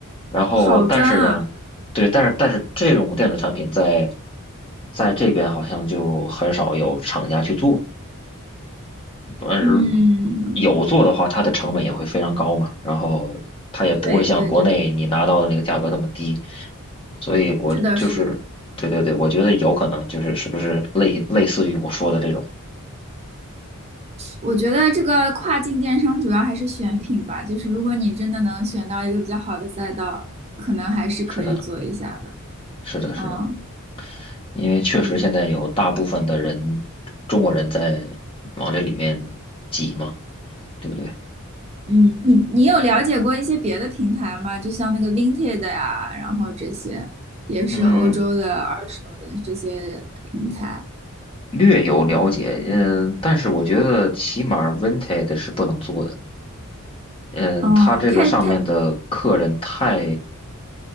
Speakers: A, on the left (about 25°); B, on the right (about 30°).
A: 然后，
B: 好专啊！
A: 但是呢，对，但是但是这种电子产品在在这边好像就很少有厂家去做，嗯，
B: 嗯，
A: 有做的话，它的成本也会非常高嘛，然后它也不会像国内你拿到的那个价格那么低，
B: 对对对，
A: 所以我就是，
B: 是的，是的，
A: 对对对，我觉得有可能就是是不是类类似于我说的这种，
B: 我觉得这个跨境电商主要还是选品吧，就是如果你真的能选到一个比较好的赛道，可能还是可以做一下的。
A: 是的，是的，是的，
B: 嗯
A: 因为确实现在有大部分的人中国人在往这里面挤嘛，
B: 嗯。
A: 对不对？
B: 嗯，你你有了解过一些别的平台吗？就像那个 Vinted 呀，然后这些也是欧洲的二手的这些平台。
A: 嗯，略有了解，
B: 嗯，
A: 嗯，但是我觉得起码 Vinted 是不能做的，嗯，
B: 哦，
A: 他这个上面的客人太，
B: 太太，